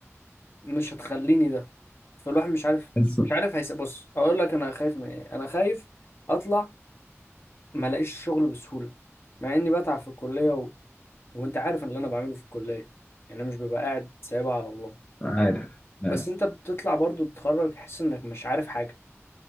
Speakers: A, on the left (about 55°); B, on the left (about 30°).
A: مش هتخليني ده فالواحد مش عارف
B: بس
A: مش عارف هيس بص هقول لك انا خايف من ايه انا خايف اطلع ما الاقيش شغل بسهوله مع اني بتعب في الكليه و... وانت عارف اللي انا بعمله في الكليه يعني انا مش ببقى قاعد سايبها على الله
B: عارف عارف
A: بس انت بتطلع برضو بتتخرج تحس انك مش عارف حاجه